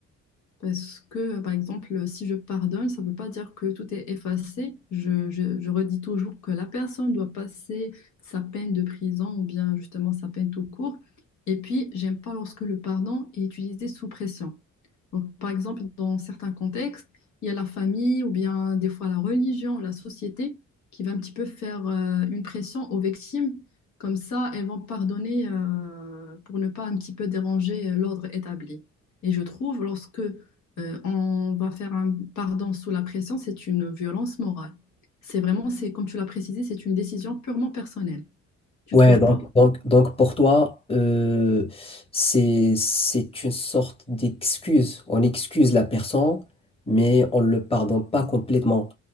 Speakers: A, on the left (about 70°); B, on the left (about 20°).
A: Parce que, par exemple, si je pardonne, ça ne veut pas dire que tout est effacé. Je, je- je redis toujours que la personne doit passer sa peine de prison ou bien justement sa peine tout court. Et puis, j'aime pas lorsque le pardon est utilisé sous pression. Donc, par exemple, dans certains contextes, il y a la famille ou bien des fois la religion, la société qui va un petit peu faire euh, une pression aux victimes. Comme ça, elles vont pardonner euh, pour ne pas un petit peu déranger euh, l'ordre établi. Et je trouve, lorsque euh, on va faire un pardon sous la pression, c'est une violence morale. C'est vraiment, c'est comme tu l'as précisé, c'est une décision purement personnelle. Tu
B: Ouais,
A: trouves
B: donc,
A: pas?
B: donc, donc pour toi, euh, c'est, c'est une sorte d'excuse. On excuse la personne, mais on ne le pardonne pas complètement.